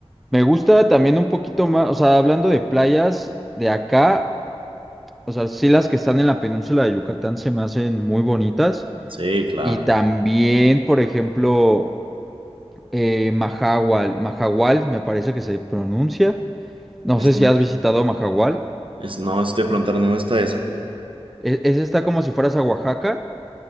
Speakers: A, in the centre; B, on the right.
A: me gusta también un poquito más, o sea, hablando de playas de acá, o sea, sí las que están en la península de Yucatán se me hacen muy bonitas.
B: Sí, claro.
A: Y también, por ejemplo, eh, Mahahual, Mahahual, me parece que se pronuncia. No
B: Es,
A: sé si has visitado Mahahual.
B: es- no, estoy preguntando, ¿dónde está esa?
A: E- Ese está como si fueras a Oaxaca.